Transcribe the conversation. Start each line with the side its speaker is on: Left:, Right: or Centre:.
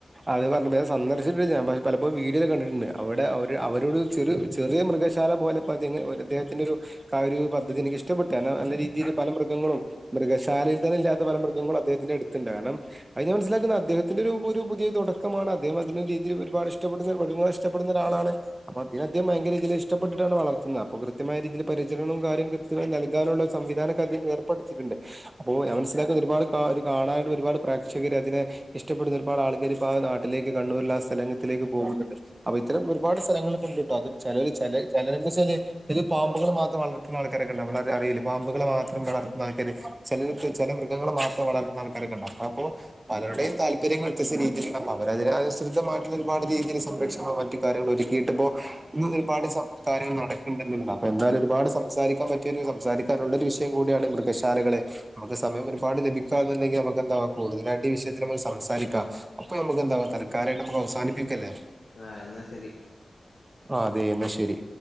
Right: അത് പറഞ്ഞപ്പ ഞാൻ സന്ദർശിചിട്ടില്ല. ഞാ പലപ്പോഴും വിഡിയോയിൽ കണ്ടിട്ടുണ്ട്. അവിടെ അവര് അവരോട് ചെറിയ ചെറിയ മൃഗശാ അത് പോലെ അദ്ദേത്തിന്റെ ഒരുകാര്യം പദ്ധതി എനിക്ക് ഇഷ്ടപ്പെട്ട നല്ല രീതിൽ പല മൃഗങ്ങളും മൃഗശാലയിൽ തന്നെ ഇാ പല മൃഗങ്ങളും അദ്ദേഹത്തിന്റെ അടുത്തുണ്ട് കാരണം അതിന് മനസിലാക്കുന്ന അദ്ദേത്തിന്റെ ഒരു ഒരു പുതിയ തുടക്കമാണ് അദ്ദേഹം അതിനന്റെ രീതിയി ഒരുപാട് ഇഷ്ടപ്പെടുന്ന മൃഗങ്ങൾ ഇഷ്ടപ്പെട ഒരാളാണ് അപ്പ അദ്ദേഹം ഭയങ്കര ഇഷ്ടപ്പെട്ടിട്ടാണ് വളർത്തുന്നത് അപ്പോ കൃത്യമായ രീതിയിൽ പരിചരണവും കാര്യവും കൃത്യമായി നൽകാനുള്ള സംവിധാന ഒക്കെ ഏർപ്പെടുത്തി ണ്ട് അപ്പോൊ മനസ്സിലാക്കുന്ന ഒരുപാട് ഒരു കാണാനായിട്ട് ഒരുപാട് പ്രേക്ഷകര് അതിനെ ഇഷ്ടപ്പെടുന്ന ഒരുപാട് ആൾക്കാരി ആ നാട്ടിലേക്ക് കണ്ണൂരിൽ ആ സ്ഥലത്തിലേക്ക് പോകുന്നുണ്ട് അപ്പൊ ഇത്തരം ഒരുപാട് സ്ഥലങ്ങളൾ ഇ കേട്ടോ അത് ചില ചില ചില ചില പാമ്പുകൾ മാത്രം വളർത്തുന്ന ആൾക്കാരൊക്കെണ്ടമ്മള അറിയില്ല പാമ്പുകൾ മാത്രം വളർ ആക്കാർ ചില ചില മൃഗങ്ങൾ മാത്രം വളർുന്ന ആൾക്കാരൊക്കെ ഉണ്ട് അപ്പ അപ്പോ പലരുടെയും താല്പര്യങ്ങൾ വ്യത്യസ്ത രീതിയില അവരതിനെ അനുസൃതമായി ട്ടുള്ള ഒരുപാട് രീതിയിൽ സംരക്ഷണോ മറ്റുകാര്യങ്ങളോ ഒരുക്കിയിട്ടപ്പോ ഹും ഒരുപാട് സ്വ കാര്യങ്ങൾ നടക്ക്ണ്ട്ന്ന്ളളതാ അപ്പൊ എന്തായാലും ഒരുപാട് സംസാരിക്കാൻ പറ്റിയ സംസാരിക്കാനുള്ള ഒരു വിഷയം കൂടിയാണ് മൃഗശാലകൾ നമുക്ക് സമയം ഒരുപാട് ലഭിക്കുകുണ്ടെങ്ക നമുക്ക് എന്താവാ കൂടുതലായിട്ട്ഈ വിഷയത്തിൽ നക്ക് സംസാരിക്കാം അപ്പൊ നമുക്ക് എന്താവാ തല്കാലായിട്ട് നമ്മക്ക് അവസാനിപ്പിക്കല്ലേ?
Left: ആ എന്നാ ശരി
Right: ആ അതേ എന്നാ ശരി